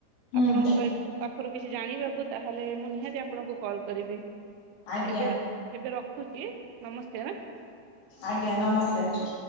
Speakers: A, on the left; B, on the right.
A: ହୁଁ
B: ଆପଣଙ୍କ ସହିତ ପାଖରୁ କିଛି ଜାଣିବାକୁ ତାହେଲେ ମୁଁ ନିହାତି ଆପଣଙ୍କୁ କଲ କରିବି।
A: ଆଜ୍ଞା
B: ଏବେ ଏବେ ରଖୁଛି, ନମସ୍କାର।
A: ଆଜ୍ଞା ନମସ୍କାର।